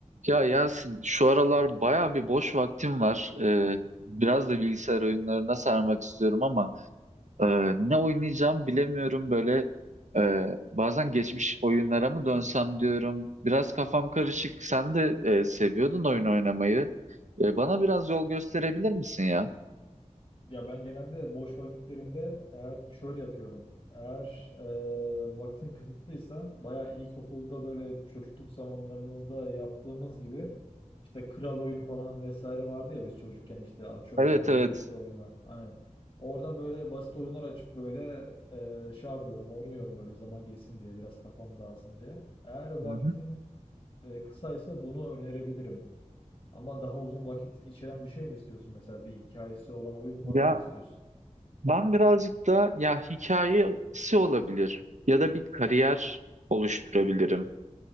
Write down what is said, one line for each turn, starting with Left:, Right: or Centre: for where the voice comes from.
Right: Ya Yasin şu aralar baya bir boş vaktim var. Ee, biraz da bilgisayar oyunlarına sarmak istiyorum ama e, ne oynayacağım bilemiyorum böyle. e, bazen geçmiş oyunlara mı dönsem diyorum. Biraz kafam karışık. Sen de e, seviyordun oyun oynamayı. E, bana biraz yol gösterebilir misin ya?
Left: Ya ben genelde boş vakitlerimde eğer şöyle yapıyorum. Eğer e, vaktim kısıtlıysa bayağı ilkokulda böyle çocukluk zamanlarımızda yaptığımız gibi işte kral oyun falan vesaire vardı ya biz çocukken işte açıyorduk
Right: Evet
Left: oradan
Right: evet.
Left: bir sürü oyun var. Aynen. Oradan böyle basit oyunlar açıp böyle e, şey yapıyorum oynuyorum böyle zaman geçsin diye biraz kafam dağılsın diye. Eğer vaktin
Right: Hı hı.
Left: e, kısaysa bunu önerebilirim. Ama daha uzun vakit içeren bir şey mi istiyorsun mesela bir hikayesi olan oyun falan
Right: Ya
Left: mı istiyorsun?
Right: ben birazcık da ya hikayesi olabilir ya da bir kariyer oluşturabilirim.